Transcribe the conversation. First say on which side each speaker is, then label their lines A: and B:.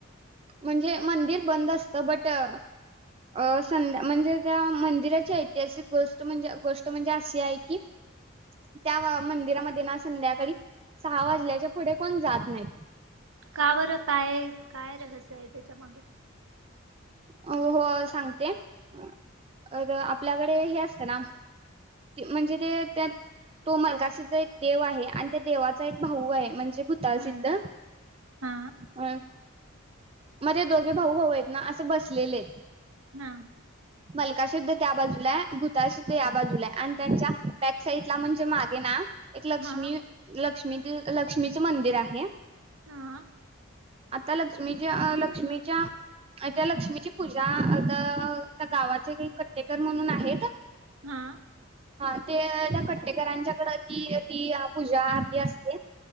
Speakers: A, on the right; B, on the right.
A: म्हणजे मंदिर बंद असतं बट अ संध्या म्हणजे त्या मंदिराची ऐतिहासिक गोष्ट म्हणजे गोष्ट म्हणजे अशी आहे की त्या मंदिरामध्ये ना संध्याकाळी सहा वाजल्याच्या पुढे कोण जात नाही.
B: का बरं काय काय रहस्य आहे त्याच्या माग
A: हो सांगते तर आपल्याकडे हे असतं ना म्हणजे ते त्या तो मलकासीध्द एक देव आहे आणि त्या देवाचा एक भाऊ आहे म्हणजे भूतासिद्ध
B: हम्म हा
A: अ मध्ये दोघे भाऊ भाऊ आहेत ना असे बसलेले
B: हा
A: मलकासिद्ध त्या बाजूलाय भूताळ सिद्ध या बाजूला आहे आणि त्यांच्या बॅकसाइडला म्हणजे मागे ना एक लक्ष्मी
B: हा
A: लक्ष्मी. <unintelligible> लक्ष्मीचं मंदिर आहे.
B: हा
A: आता लक्ष्मीच्या लक्ष्मीच्या त्या लक्ष्मीची पूजा आता ता गावाचे काही कट्टेकर म्हणून आहेत.
B: हा
A: हा ते त्या कट्टेकरांच्या कड ती ती पूजा आरती असते.